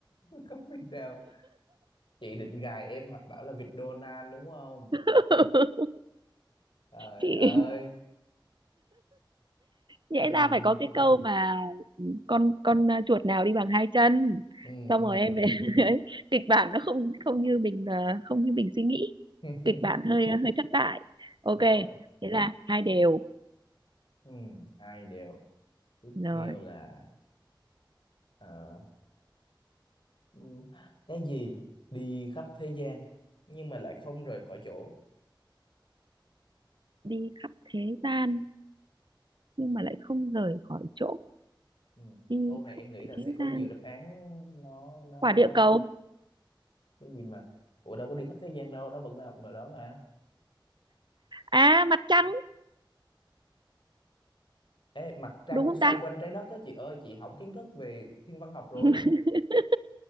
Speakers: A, on the left (about 70°); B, on the right (about 65°).
A: không Việt nào chị định gài em hoặc bảo là vịt Donald đúng không
B: <laughs>
A: trời
B: Chị
A: ơi
B: nhẽ
A: ừ
B: ra phải có cái câu mà con con ờ, chuột nào đi bằng hai chân.
A: ừ
B: Xong
A: ừ
B: rồi em ấy, <laughs> kịch bản nó không không như mình ờ, không như mình suy nghĩ.
A: <laughs>
B: Kịch bản hơi ờ, hơi thất bại. Ok,
A: rồi
B: thế là hai đều.
A: ừ hai đều tiếp
B: Rồi,
A: theo là ờ, ừ, cái gì đi khắp thế gian nhưng mà lại không rời khỏi chỗ
B: đi khắp thế gian nhưng mà lại không rời khỏi chỗ
A: ừ.
B: đi
A: câu này
B: khắp
A: em nghĩ là
B: thế
A: sẽ có
B: gian
A: nhiều đáp án nó nó
B: quả
A: nó
B: địa cầu
A: cái gì mà ủa đâu có đi khắp thế gian đâu nó vẫn là mà đó mà
B: à mặt trăng
A: Ê, mặt trăng
B: đúng không
A: xoay
B: ta
A: quanh trái đất á chị ơi chị hỏng kiến thức về thiên văn học rồi
B: <laughs>